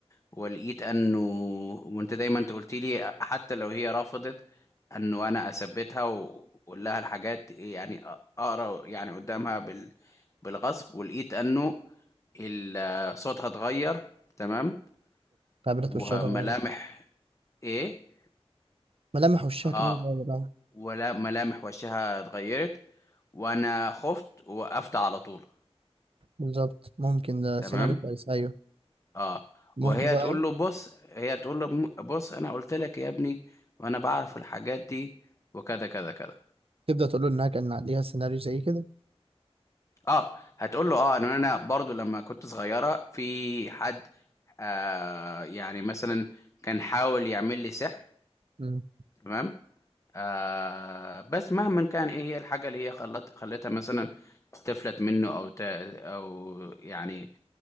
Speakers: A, on the left (about 30°); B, on the right (about 60°).
A: ولقيت انه وانت دايما انت قلت لي حتى لو هي رفضت انه انا اثبتها واقول لها الحاجات إيه، يعني اقرا يعني قدامها بال بالغصب ولقيت انه ال- صوتها اتغير تمام
B: تعبيرات
A: وملامح
B: وشها اتغيرت
A: ايه
B: ملامح وشها
A: اه
B: كمان اتغيرت
A: ولا ملامح وشها اتغيرت وانا خفت ووقفت على طول
B: بالظبط ممكن ده
A: تمام
B: سيناريو كويس ايوه
A: اه
B: مامته
A: وهي
B: بقى
A: تقول له بص هي تقول له م- بص انا قلت لك يا ابني وانا بعرف الحاجات دي وكذا كذا كذا
B: تبدأ تقول له انها كان عليها سيناريو زي كده
A: اه هتقول له اه ان انا برضو لما كنت صغيرة في حد آه يعني مثلا كان حاول يعمل لي سحر
B: مم.
A: تمام آه بس مهما كان ايه هي الحاجة اللي هي خلت خلتها مثلا تفلت منه او ت او يعني